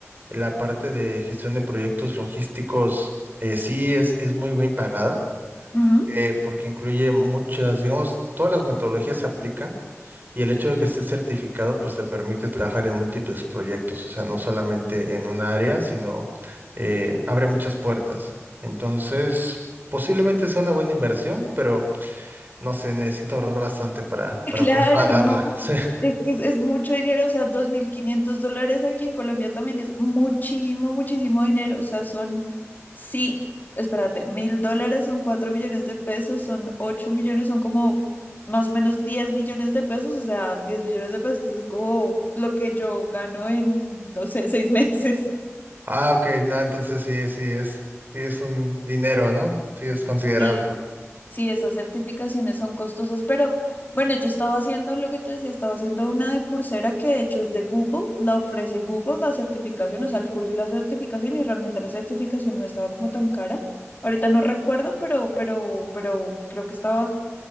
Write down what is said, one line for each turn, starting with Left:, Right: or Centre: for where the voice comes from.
Right: la parte de gestión de proyectos logísticos eh, sí es, es muy bien pagada,
Left: ujú.
Right: eh, porque incluye muchas, digamos, todas las metodologías se aplican y el hecho de que estés certificado pues te permite trabajar en múltiples proyectos, o sea, no solamente en una área, sino eh, abre muchas puertas. Entonces, posiblemente sea una buena inversión, pero no sé, necesito ahorrar bastante para,
Left: <laughs>
Right: para
Left: Claro,
Right: poder pagarla.
Left: no,
Right: <laughs> Sí.
Left: es que es, es mucho dinero, o sea, 2.500 dólares aquí en Colombia también es muchísimo, muchísimo dinero, o sea, son, sí, espérate, mil dólares son 4 millones de pesos, son 8 millones, son como más o menos 10 millones de pesos, o sea, 10 millones de pesos es como lo que yo gano en, no sé, seis <laughs> meses.
Right: Ah, ok, no, entonces sí, sí es, sí es un dinero, ¿no? Sí es considerable.
Left: sí Sí, esas certificaciones son costosas, pero bueno, yo estaba haciendo lo que te decía, estaba haciendo una de Coursera que de hecho es de Google, la ofrece Google, la certificación, o sea, el curso y la certificación, y realmente la certificación no estaba como tan cara. Ahorita no recuerdo, pero, pero, pero creo que estaba